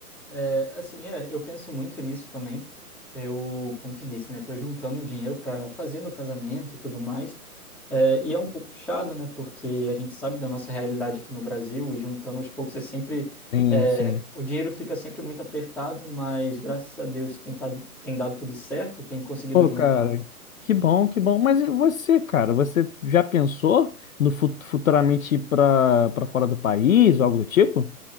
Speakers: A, in the centre; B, on the left.
A: É, assim, é, eu penso muito nisso também. Eu, como te disse, né? Tô juntando dinheiro pra fazer meu casamento e tudo mais. É, e é um pouco puxado, né? Porque a gente sabe da nossa realidade aqui no Brasil e juntando aos poucos é sempre.
B: Sim,
A: é,
B: sim.
A: o dinheiro fica sempre muito apertado, mas graças a Deus tem, tado- tem dado tudo certo, tem conseguido
B: Pô,
A: juntar.
B: cara, que bom, que bom. Mas e você, cara, você já pensou no fu- futuramente ir para para fora do país ou algo do tipo?